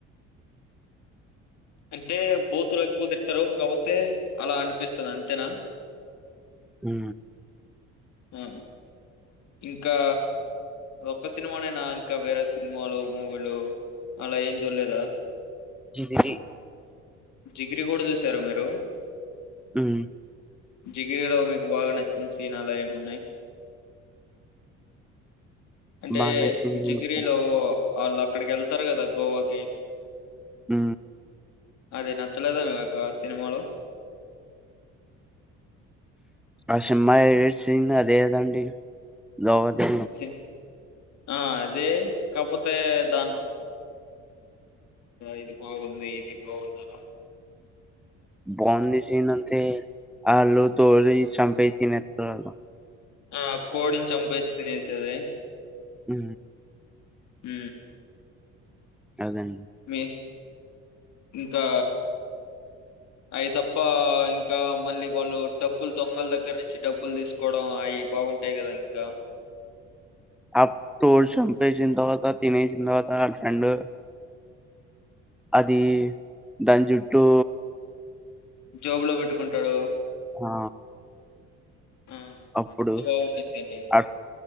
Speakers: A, on the left (about 70°); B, in the centre.
A: అంటే బూతులు ఎక్కువ తిట్టారు కాపోతే అలా అనిపిస్తుంది అంతేనా
B: హ
A: ఆ ఇంకా ఒక్క సినిమానైనా ఇంకా వేరే సినిమాలు మూవీలు అలా ఏం చూడలేదా
B: జింగిరి
A: డిగ్రీ కూడా చూసార మీరు
B: మ్
A: జిగిరిలో మీకు బాగా నచ్చిన సీను అలా ఏమున్నాయి అంటే
B: బా నచ్చింది
A: జిగ్రీలో
B: నాకు.
A: వాళ్ళు అక్కడికి వెళ్తారు కదా గోవాకి
B: హ
A: అదే నచ్చలేద మీకు ఆ సినిమలో
B: ఆ సినిమా చూసి అదే నండి నో నో
A: సిన్- ఆ అదే కాకపోతే దాంట్లో ఇది బాగుంది ఇది బాగున్నా
B: బాగుంది సీన్ అయితే వాళు తో చంపయి తినస్తారూ
A: ఆ కోడిని చంపేసి తినేసేది
B: హ
A: హ
B: తేల్దండి
A: మీ ఇంకా అవి తప్ప ఇంకా మళ్ళీ వాళ్ళు డబ్బులు దొంగల దగ్గర నుంచి డబ్బులు తీసుకోవడం అవి బాగుంటాయి కదా ఇంకా
B: అ టోర్షంచంపేసిన తరువాత తినేసిన గర్ఫ్రడ్ అది దాని జుట్టు
A: జోబులో పెట్టుకుంటాడు
B: ఆ!
A: ఆ
B: అప్పుడు
A: అది కూడా బాగుండిద్దండి
B: అస